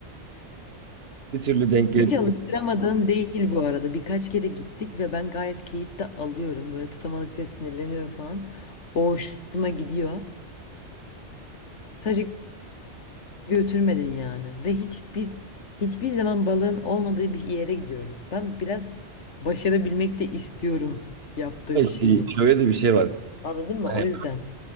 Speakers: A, on the right (about 60°); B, on the left (about 75°).
A: Bir türlü denk
B: Hiç
A: gelip
B: alıştıramadığın değil bu arada. Birkaç kere gittik ve ben gayet keyif de alıyorum. Böyle tutamadıkça sinirleniyorum falan. O hoşuma gidiyor. Sadece götürmedin yani ve hiçbir hiçbir zaman balığın olmadığı bir yere gidiyoruz. Ben biraz başarabilmek de istiyorum yaptığım
A: işte
B: şeyi.
A: şöyle de bir şey var.
B: Anladın mı?
A: Hani
B: O yüzden.